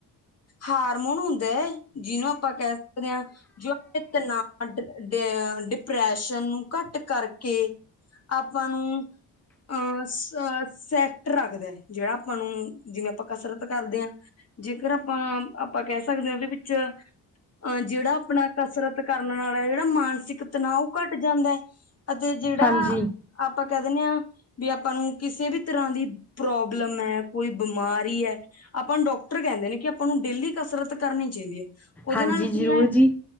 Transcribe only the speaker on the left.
ਹਾਰਮੋਨ ਹੁੰਦਾ ਏ। ਜਿਹਨੂੰ ਆਪਾਂ ਕਹਿ ਸਕਦੇ ਹਾਂ ਜੋ <unintelligible> ਡਿਪਰੈਸ਼ਨ ਨੂੰ ਘੱਟ ਕਰਕੇ ਆਪਾਂ ਨੂੰ ਅਹ ਸੈਂਟ ਰੱਖਦਾ ਜਿਹੜਾ ਆਪਾਂ ਨੂੰ। ਜਿਵੇਂ ਆਪਾਂ ਕਸਰਤ ਕਰਦੇ ਹਾਂ ਜੇਕਰ ਆਪਾਂ ਆਪਾਂ ਕਹਿ ਸਕਦੇ ਹਾਂ ਉਹਦੇ ਵਿੱਚ ਅਹ ਜਿਹੜਾ ਆਪਣਾ ਕਸਰਤ ਕਰਨ ਨਾਲ ਜਿਹੜਾ ਮਾਨਸਿਕ ਤਨਾਓ ਉਹ ਘੱਟ ਜਾਂਦਾ। ਤੇ ਜਿਹੜਾ
ਆਪਾਂ ਕਹਿ ਦਿੰਦੇ ਆ ਵੀ ਆਪਾਂ ਨੂੰ ਕਿਸੇ ਵੀ ਤਰ੍ਹਾਂ ਦੀ ਪ੍ਰੋਬਲਮ ਐ, ਕੋਈ ਬਿਮਾਰੀ ਐ ਆਪਾਂ ਨੂੰ ਡਾਕਟਰ ਕਹਿੰਦੇ ਨੇ ਕਿ ਆਪਾਂ ਨੂੰ ਡੇਲੀ ਕਸਰਤ ਕਰਨੀ ਚਾਹੀਦੀ ਹੈ। ਉਹਦੇ
ਨਾਲ ਕੀ
ਹੈ